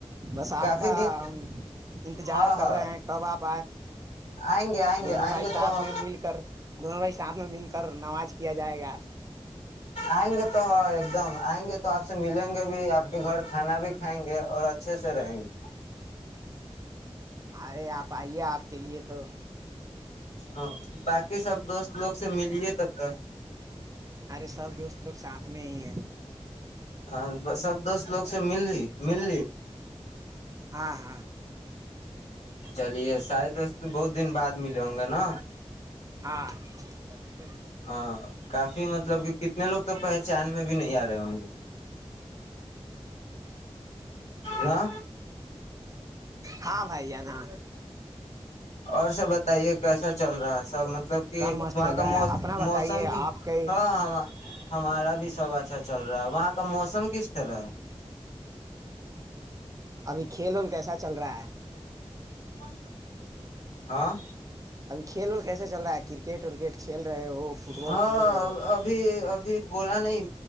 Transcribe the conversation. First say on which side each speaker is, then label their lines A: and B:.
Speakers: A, on the right; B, on the left.
A: بس
B: کافی
A: آپ کا
B: دن
A: ہم انتظار
B: ہاں
A: کر
B: ہاں
A: رہے ہیں کب آپ
B: آئیں گے آئیں
A: دونوں
B: گے آئیں
A: بھائی
B: گے
A: ساتھ
B: تو
A: میں مل کر دونوں بھائی ساتھ میں مل کر نماز کیا جائے گا
B: آئیں گے تو ہاں ایک دم آئیں گے تو آپ سے ملیں گے بھی آپ کے گھر کھانا بھی کھائیں گے اور اچھے سے رہیں گے
A: ارے آپ پائیے آپ کے لیے تو
B: ا باقی سب دوست لوگ سے ملی تب تک
A: ارے سب دوست لوگ ساتھ میں ہی ہیں
B: ہاں ب سب دوست لوگ سے م مل
A: ہاں ہاں
B: چلیے شاید دوست تو بہت دن بعد ملے ہوں گا نا
A: ہاں <inaudible>
B: ہ کافی مطلب کہ کتنے لوگ تو پہچان میں بھی نہیں آ رہے ہوں گے ہ
A: ہاں بھائی جان ہاں
B: اور سب بتائیے کیسا چل رہا ہے سب مطب مطلب کہ
A: سب مست
B: وہاں
A: چل
B: کا
A: رہا
B: م
A: ہے اپنا بتائیے
B: موسم کی
A: آپ کے
B: ہاں ہاں ہمارا بھی سب اچھا چل رہا ہے وہاں کا موسم کس طرح ہے
A: ابھی کھیل ول کیسا چل رہا ہے
B: ہاں ہاں
A: ابھی کھیل ول کیسے چل رہا ہے کرکٹ ورکٹ کھیل رہے ہو فٹ بال
B: ہاں
A: کھیل رہے ہو
B: ابھی ابھی بولا نہیں